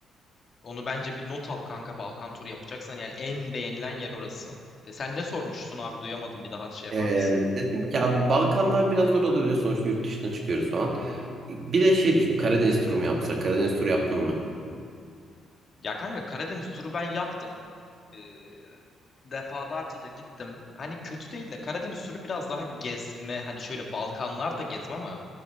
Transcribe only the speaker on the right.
Ee,
dedim ki abi Balkanlar biraz zor olabilir sonuçta yurt dışına çıkıyoruz falan. Bir de şey düşündüm Karadeniz turu mu yapsak? Karadeniz turu yaptın mı?